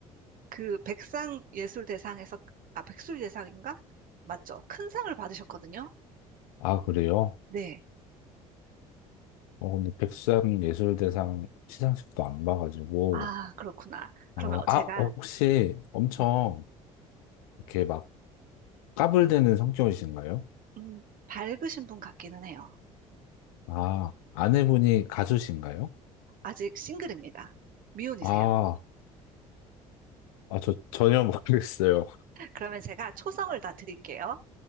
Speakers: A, on the right (about 50°); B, on the left (about 70°).
A: 그 백상예술대상에서, 아, 백술예상인가? 맞죠? 큰 상을 받으셨거든요?
B: 아, 그래요?
A: 네.
B: 어, 근데 백수장 예술대상 시상식도 안 봐가지고.
A: 아, 그렇구나. 그러면
B: 아, 아,
A: 제가,
B: 혹시 엄청
A: 네,
B: 이렇게 막 까불대는 성격이신가요?
A: 음, 밝으신 분 같기는 해요.
B: 아, 아내분이 가수신가요?
A: 아직 싱글입니다. 미혼이세요.
B: 아, 아, 저 전혀 모르겠어요. <laughs>
A: <laughs> 그러면 제가 초성을 다 드릴게요.